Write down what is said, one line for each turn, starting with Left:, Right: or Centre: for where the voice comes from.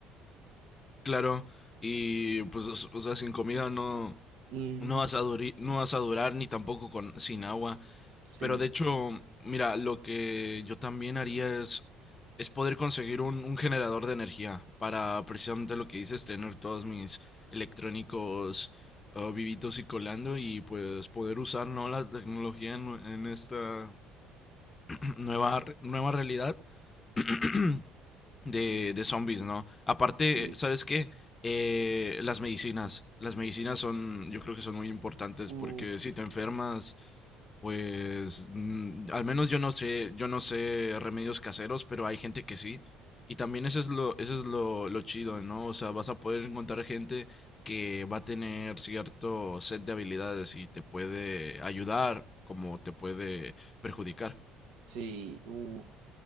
Left: Claro, y pues, o o sea, sin comida no,
Right: Mm,
Left: no vas a duri- no vas a durar ni tampoco con, sin agua.
Right: sí,
Left: Pero de hecho, mira, lo que yo también haría es, es poder conseguir un, un generador de energía para precisamente lo que dices, tener todos mis electrónicos eh, vivitos y colando y pues poder usar, ¿no? la tecnología en, en esta <clears throat> nueva, re- nueva realidad. <clears throat> de, de zombies, ¿no? Aparte,
Right: sí.
Left: ¿sabes qué? Eh, las medicinas. Las medicinas son, yo creo que son muy importantes
Right: Uf,
Left: porque si te enfermas, pues mm, al menos yo no sé, yo no sé remedios caseros, pero hay gente que sí. Y también eso es lo, eso es lo, lo chido, ¿no? O sea, vas a poder encontrar gente que va a tener cierto set de habilidades y te puede ayudar como te puede perjudicar.
Right: sí, uf.